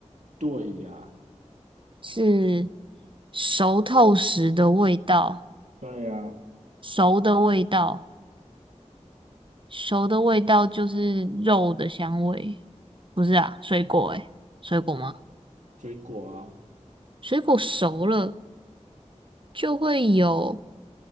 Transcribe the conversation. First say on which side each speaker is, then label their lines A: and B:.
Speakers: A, on the right (about 85°); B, on the right (about 45°).
A: 对呀、
B: 是熟透时的味道，
A: 对呀，
B: 熟的味道，熟的味道就是肉的香味，不是啊？水果诶，水果吗？
A: 水果啊，
B: 水果熟了就会有